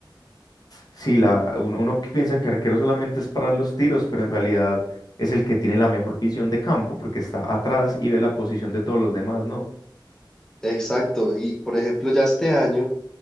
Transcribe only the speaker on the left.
Sí, la, un- uno que piensa que arquero solamente es para los tiros, pero en realidad es el que tiene la mejor visión de campo porque está atrás y ve la posición de todos los demás, ¿no?